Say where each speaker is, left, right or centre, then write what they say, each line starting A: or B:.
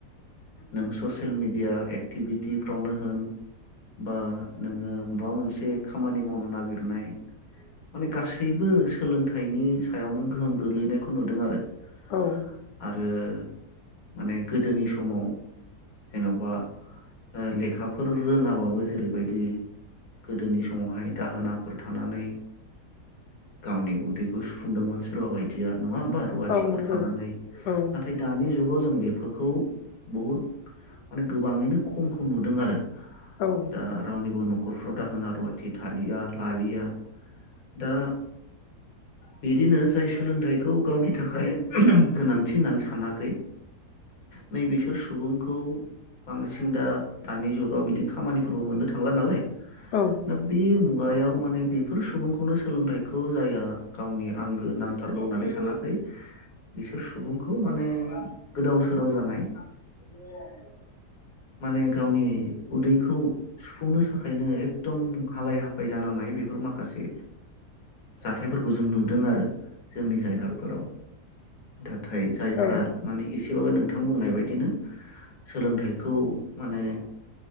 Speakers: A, on the left (about 60°); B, on the left (about 85°).
A: नों ससियेल मिडिया एक्टिभिटिफ्रावनो होन बा नोङो माबा मोनसे खामानि मावनो नागिरनाय। माने गासैबो सोलोंथाइनि सायावनो गोहोम गोग्लैनायखौ नुदों आरो ।
B: औ
A: आरो माने गोदोनि समाव जेन'बा लेखाफोर रोङाबाबो, जेरैबायदि गोदोनि समावहाय दाहोना फोर थानानै गावनि उदैखौ सुफुंदोंमोन सोरबा बायदिया । नङा होमबा । रुवाथिफोर
B: औ नंगौ
A: थानानै,
B: औ
A: नाथाय दानि जुगाव जों बेफोरखौ बहुद माने गोबाङैनो खमखौ नुदों आरो
B: औ
A: दा रावनिबो न'खरफ्राव दाहोना रुवाथि थालिया । लालिया दा बिदिनो जाय सोलोंथाइखौ गावनि थाखाय गोनांथि होननानै सानाखै नै बिसोर सुबुंखौ बांसिन दा दानि जुगाव बिदि खामानिफोरबो मोननो थांला नालाय
B: औ
A: दा बे मुगायाव माने बेफोर सुबुंखौनो सोलोंथाइखौ जाया गावनि आंगो नांथारगौ होननानै सानाखै बिसोर सुबुंखौ माने गोदाव सोराव जानाय <inaudible> माने गावनि उदैखौ सुफुंनो थाखायनो एकदम हालाय हाफाय जानांनाय बेफोर माखासे जाथायफोरखौ जों नुदों आरो जोंनि जायगाफोराव दा नाथाय जायफ्रा
B: औ
A: माने एसे थिबाबो नोंथां बुंनाय बायदिनो सोलोंथाइखौ माने